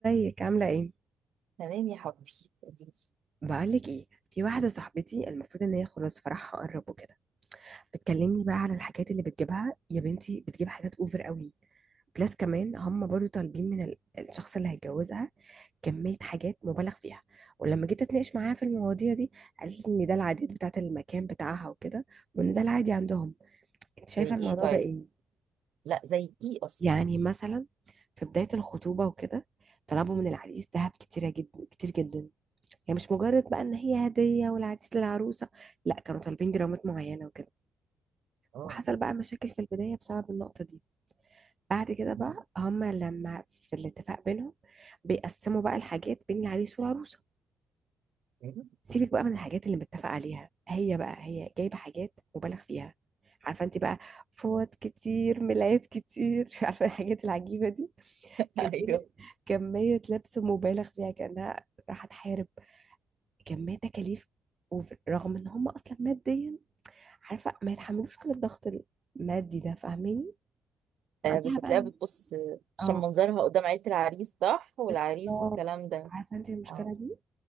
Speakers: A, on the right; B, on the right.
A: ازيك عاملة ايه؟
B: تمام يا حبيبي قوليلي.
A: بقولك ايه في واحدة صاحبتي المفروض ان هي خلاص فرحها قرب وكده بتكلمني بقى على الحاجات اللي بتجيبها يا بنتي بتجيب حاجات اوفر قوي بلس كمان هم برضو طالبين من ال- الشخص اللي هيتجوزها كمية حاجات مبالغ فيها ولما جيت اتناقش معاها في المواضيع دي قالت لي ان ده العادات بتاعة المكان بتاعها وكده وان ده العادي عندهم انت شايفة
B: زي ايه
A: الموضوع
B: طيب
A: ده ايه؟
B: لا زي ايه اصلا
A: يعني مثلا في بداية الخطوبة وكده طلبوا من العريس دهب كتيرة جدا كتير جدا يعني مش مجرد بقى ان هي هديه والعريس للعروسه لا كانوا طالبين جرامات معينه وكده
B: اه
A: وحصل بقى مشاكل في البدايه بسبب النقطه دي بعد كده بقى
B: <laughs>
A: هما لما في الاتفاق بينهم بيقسموا بقى الحاجات بين العريس والعروسه
B: أيوة.
A: سيبك بقى من الحاجات اللي متفق عليها هي بقى هي جايبه حاجات مبالغ فيها عارفه انت بقى فوط كتير ملايات كتير <laughs> عارفه الحاجات العجيبه دي كميه
B: ايوه
A: كميه لبس مبالغ فيها كانها راح تحارب كمية تكاليف ورغم ان هم اصلا ماديا عارفه ما يتحملوش كل الضغط المادي ده فاهماني وعندها
B: آه بس
A: بقى
B: هتلاقيها بتبص عشان
A: اه
B: منظرها قدام عيلة العريس صح والعريس
A: بس لو-
B: والكلام ده
A: عارفه انت المشكله
B: اه
A: دي